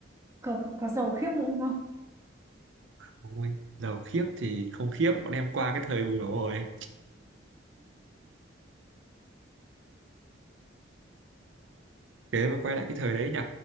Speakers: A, on the right (about 15°); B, on the right (about 80°).
A: có, có, có giàu khiếp luôn không
B: Ôi, giàu khiếp thì không khiếp bọn em qua cái thời bùng nổ rồi thế mà quay lại cái thời đấy nhỉ